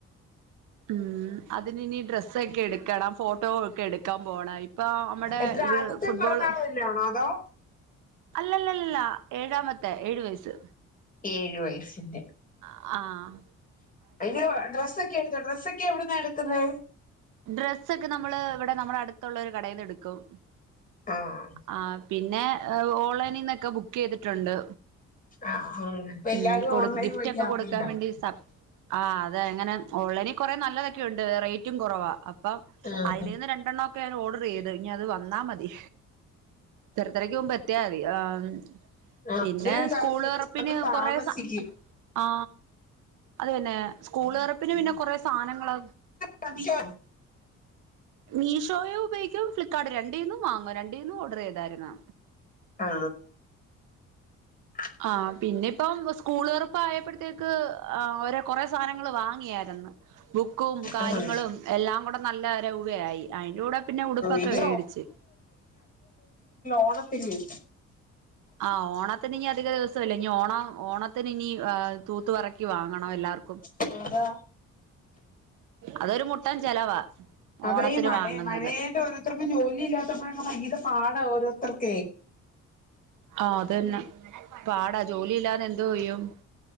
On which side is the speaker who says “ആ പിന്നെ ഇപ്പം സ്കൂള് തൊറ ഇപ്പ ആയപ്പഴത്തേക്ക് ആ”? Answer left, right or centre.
Right